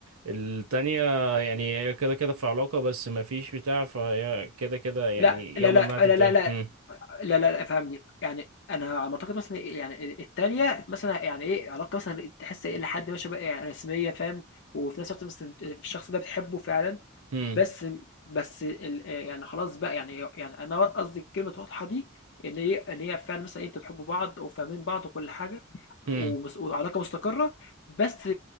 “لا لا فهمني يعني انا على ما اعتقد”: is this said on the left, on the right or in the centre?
Left